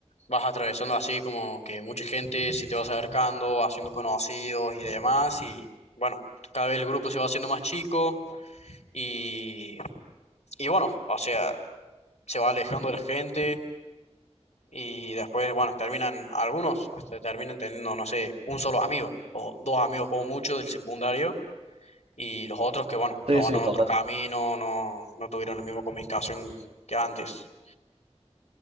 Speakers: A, on the left; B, on the right.
A: vas atravesando así como que mucha gente se te va acercando, haciendo conocidos y demás y bueno, cada vez el grupo se va haciendo más chico y... Y bueno, o sea, se va alejando de la gente y después, bueno, terminan, algunos hasta terminan teniendo, no sé, un solo amigo o dos amigos como mucho del secundario y los otros que, bueno,
B: Sí,
A: tomaron
B: sí, total,
A: otro camino, no, no tuvieron la misma comunicación que antes.